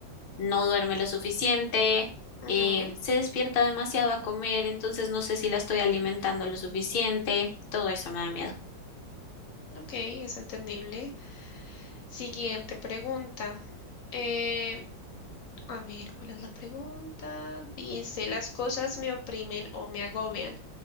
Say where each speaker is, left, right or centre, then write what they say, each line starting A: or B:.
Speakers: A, on the left; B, on the left.
A: no duerme lo suficiente.
B: Ujú,
A: eh, se despierta demasiado a comer, entonces no sé si la estoy alimentando lo suficiente. Todo eso me da miedo.
B: ok, es entendible. Siguiente pregunta. Eh, a ver, ¿cuál es la pregunta? Dice, ¿las cosas me oprimen o me agobian?